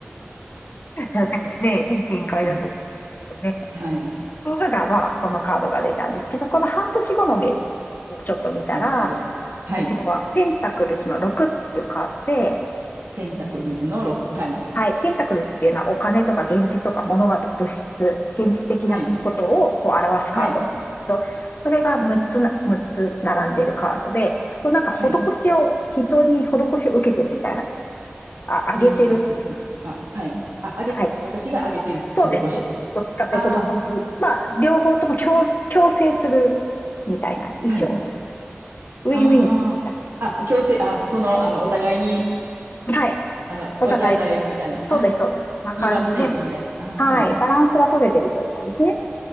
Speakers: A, on the left (about 45°); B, on the right (about 75°).
A: やでもね、いい展開だと思
B: うん、
A: うね。
B: はい。
A: がまあ、このカードが出たんですけど、この半年後の未来をちょっと見たら、
B: 半年後。はい。
A: 半年後はペンタクルズの6っていうカードで、
B: ペンタクルズの6。はい。
A: はい、ペンタクルズっていうのはお金とか現実とか物事、物質、現実的なことをこう表すカードなんですけど、
B: はい、はい、
A: それが6つな、むっつ並んでるカードで、こうなんか施しを、
B: はい。
A: 人に施しを受けてるみたいな、あ、あげてる。
B: 12月。まあ、はい。あ、あげ、
A: はい、
B: 私があげてる施しを。
A: そうです、そうです。どっちかって施し、
B: あ
A: まあ、両方とも強、強制するみたいな、衣装を
B: あ、はい。
A: ウィンウィンみたい
B: ああ、あ、強制、あ、その、あの、お互いに、
A: な。はい。
B: あの、
A: お互い、
B: 分け与えるみたいな。
A: そうです、
B: あ、
A: そうです。そんな感じで。
B: ギブアンドテイクみたいな。あ、
A: はい。
B: はい、
A: バランスが取れてる状態ですね。